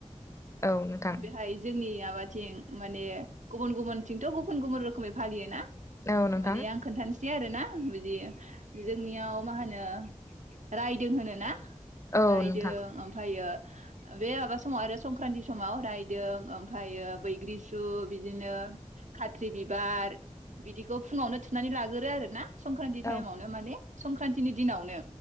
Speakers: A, on the left; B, on the right.
A: औ नोंथां
B: बेहाय जोंनि आबाद थिं माने गुबुन गुबुनथिंथ' गुबुन गुबुन रोखोमै फालियो ना?
A: औ नोंथां
B: माने आं खोन्थानोसै बिदि आरो ना बिदि जोंनियाव मा होनो रायदों होनो ना?
A: औ
B: रायदों
A: नोंथां
B: ओमफ्रायो बे माबा समाव आरो संक्रन्ति समाव रायदों ओमफ्रायो बैग्रिसु बिदिनो खाथ्रि बिबार बिदिखौ फुङावनो थुनानै लागोरो आरोना संक्रान्ति
A: औ
B: टाइमावनो माने संक्रान्तिनि दिनावनो